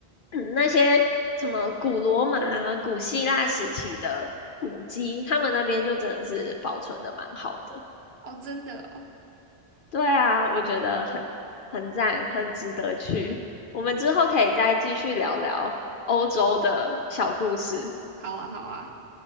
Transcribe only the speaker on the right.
哦，真的哦，
好啊，好啊，